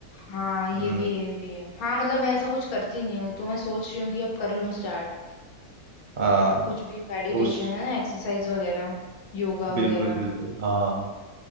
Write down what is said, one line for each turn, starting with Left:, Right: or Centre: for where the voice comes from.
Left: हाँ ये
Right: हम्म
Left: भी है ये भी है हाँ मतलब मैं ऐसा कुछ करती नहीं हूँ तो मैं सोच रही हूँ कि अब कर लूँ स्टार्ट
Right: हाँ
Left: कुछ भी मेडिटेशन
Right: तो उस
Left: है ना एक्सरसाइज वगैरह योगा
Right: बिल्कुल
Left: वगैरह
Right: बिल्कुल हाँ